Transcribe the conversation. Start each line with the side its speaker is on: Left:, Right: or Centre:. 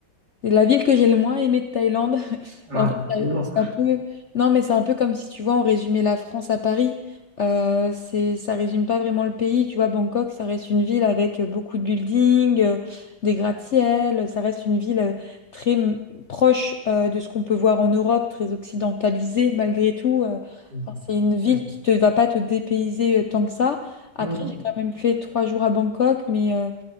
Left: C'est la ville que j'ai le moins aimée de Thaïlande. <laughs>
Right: Ah,
Left: En fait, euh,
Right: non.
Left: c'est un peu... Non, mais c'est un peu comme si, tu vois, on résumait la France à Paris. Euh, c'est... Ça résume pas vraiment le pays. Tu vois, Bangkok, ça reste une ville avec euh, beaucoup de buildings, euh, des gratte-ciel. Ça reste une ville euh, très m- proche euh, de ce qu'on peut voir en Europe, très occidentalisée malgré tout. Euh,
Right: Hmm,
Left: enfin, c'est une
Right: ok.
Left: ville qui te va pas te dépayser euh, tant que ça. Après,
Right: Ah non.
Left: j'ai quand même fait trois jours à Bangkok, mais... euh,